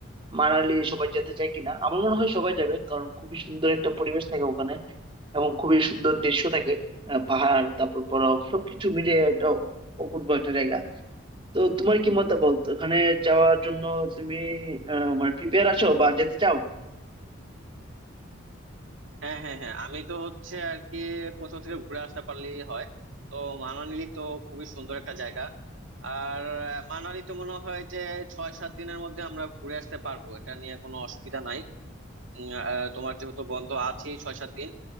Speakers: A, on the right (about 25°); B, on the right (about 80°).
A: মানালি সবাই যেতে চায় কিনা আমার মনে হয় সবাই যাবে কারণ খুবই সুন্দর একটা পরিবেশ থাকে ওখানে এবং খুবই সুন্দর দৃশ্য থাকে আহ, পাহাড় তারপর বরফ সবকিছু মিলে একটা অপূর্ব একটা জায়গা তো তোমার কি মতামত ওখানে যাওয়ার জন্য তুমি আহ মানে প্রিপেয়ার আছো বা যেতে চাও
B: হ্যাঁ হ্যাঁ হ্যাঁ আমি তো হচ্ছে আর কি কোথাও থেকে ঘুরে আসতে পারলেই হয় তো মানালি তো খুবই সুন্দর একটা জায়গা আর আহ, মানালি তো মনে হয় যে ছয় সাত দিনের মধ্যে আমরা ঘুরে আসতে পারবো এটা নিয়ে কোনো অসুবিধা নাই উম, আহ, তোমার যেহেতু বন্ধ আছে ছয় সাত দিন